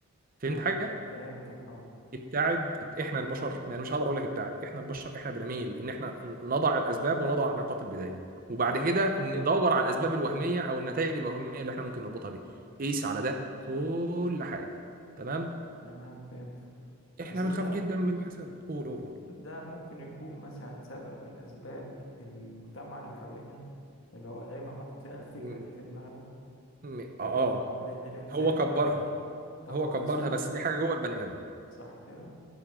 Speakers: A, on the right; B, on the left.
A: فهمت
B: ايوه
A: حاجه
B: فهمتك اه
A: ابتعد احنا البشر يعني مش هقدر اقول لك ابتعد احنا البشر احنا بنميل ان احنا نضع الاسباب ونضع نقاط البدايه وبعد
B: ت-
A: كده ندور على الاسباب الوهميه او النتائج الوهميه اللي احنا ممكن نربطها بيها قيس على ده كل حاجه تمام
B: تمام فهمتك
A: احنا
B: بس
A: بنخاف
B: ده
A: جدا من الحسد قول قول قول
B: ده ممكن يكون مثلا سبب من اسباب المجتمع اللي حوالينا اللي هو دايما حاطط لنا الفكرة
A: م-
B: دي في دماغنا
A: م- اه
B: لان
A: آه.
B: ما لان الانسان
A: هو
B: احنا
A: كبرها
B: عارفين طبعه
A: هو كبرها
B: كسول
A: بس دي حاجه جوه البني ادم
B: صح كده